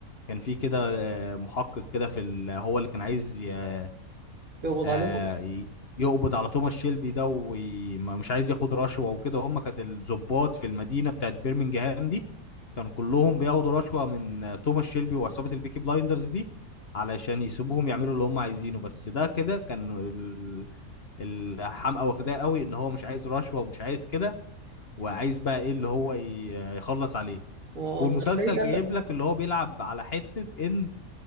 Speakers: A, on the left; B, on the right.
A: كان في كده آه، محقق كده في ال- هو اللي كان عايز ي-
B: يقبض
A: آه،
B: عليه
A: ي- يقبض على توماس شيلبي ده ومش عايز ياخد رشوة وكده هم كانت الضباط في المدينة بتاعت بيرمنجهام دي كانوا كلهم بياخدوا رشوة من آه، توماس شيلبي وعصابة البيكي بلايندرز دي علشان يسيبوهم يعملوا اللي هم عايزينه بس ده كده كان ال- الحمقى واخداه قوي ان هو مش عايز رشوة ومش عايز كده وعايز بقى ايه اللي هو ي- يخلص عليه
B: اه
A: والمسلسل
B: هتلاقيه
A: جايب
B: اتقتل
A: لك اللي هو بيلعب على حتة ان